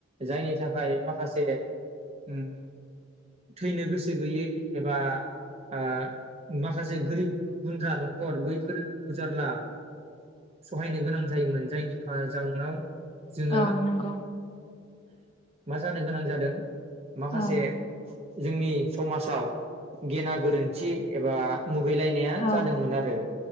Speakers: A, on the right; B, on the left.
A: जायनि थाखाय माखासे ओम थैनो गोसो गैयै एबा ओ माखासे गोरिब गुन्द्रा न'खर बैफोरो दुखु जारला सहायनो गोनां जायोमोन जायनि जाउनाव जोङो
B: औ नंगौ
A: मा जानो गोनां जादों माखासे
B: औ
A: जोंनि समाजाव गेना गोरोन्थि एबा मुगैलायनाया
B: औ
A: जादोंमोन आरो